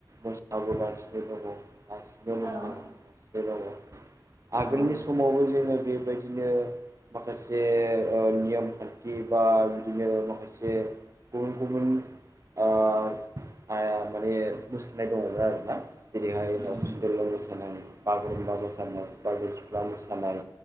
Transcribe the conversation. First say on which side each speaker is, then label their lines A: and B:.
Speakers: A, on the right; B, on the right.
A: मोसाबोगासिनो दङ दासिमबो
B: औ
A: मोसागासिनो दङ
B: औ
A: आगोलनि समावबो जोङो बेबायदिनो माखासे ओ नियमखान्थि बा बिदिनो माखासे गुबुन गुबुन आ <unintelligible> माने मोसानाय दङमोन आरोना जेरैहाय
B: उम
A: दाउस्रि देलाय मोसानाय बागुरुम्बा मोसानाय बारदै सिख्ला मोसानाय